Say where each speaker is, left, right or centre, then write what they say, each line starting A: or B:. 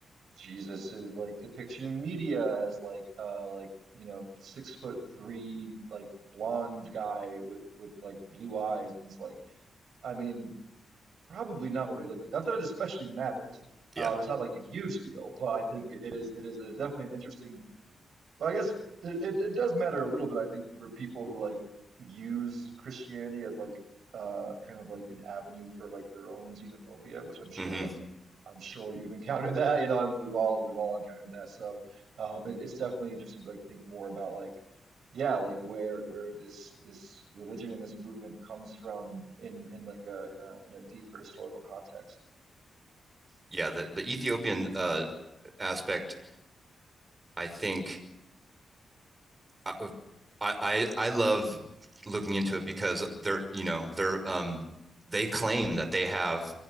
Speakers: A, on the right (about 75°); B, on the right (about 25°).
A: Jesus's like depiction in media as like uh like you know six foot three like blonde guy with with like blue eyes and it's like I mean probably not what he looked like. Not that it especially matters.
B: yeah
A: Uh, it's not like a huge deal, but I think it is it is a, definitely an interesting well, I guess it, it, it does matter a little bit, I think, for people who like use Christianity as like uh kind of like an avenue for like their own xenophobia, which I'm sure
B: hmm
A: like I'm sure you've encountered that, you know, I mean, we've all we've all encountered that. So um it, it's definitely interesting to like think more about like yeah, like where where this this religion and this movement comes from in in like a in a in a deeper historical context.
B: yeah the, the ethiopian uh aspect i think I, I i I love looking into it because they're you know they're um they claim that they have